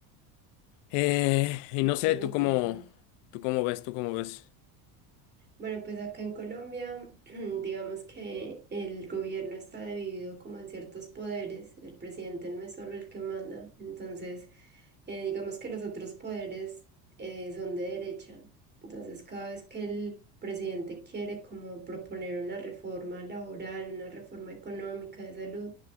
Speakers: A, on the left; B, on the right.
A: Eh, y
B: súper
A: no sé, tú
B: interesante.
A: cómo, tú cómo ves, tú cómo ves.
B: Bueno, pues acá en Colombia, <clears throat> digamos que el gobierno está dividido como en ciertos poderes. El presidente no es solo el que manda. Entonces, eh, digamos que los otros poderes eh, son de derecha. Entonces, cada vez que el presidente quiere como proponer una reforma laboral, una reforma económica de salud,